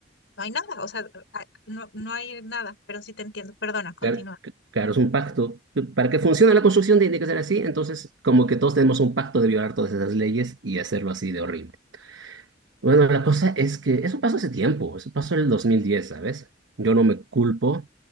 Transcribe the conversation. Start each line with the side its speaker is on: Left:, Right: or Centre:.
Left: no hay nada, o sea, a- no, no hay nada, pero sí te entiendo, perdona, continúa.
Right: Claro, c- claro, es un pacto. Para que funcione la construcción tiene que ser así, entonces como que todos tenemos un pacto de violar todas esas leyes y hacerlo así de horrible. Bueno, la cosa es que eso pasó hace tiempo, eso pasó en el dos mil diez ¿sabes? Yo no me culpo,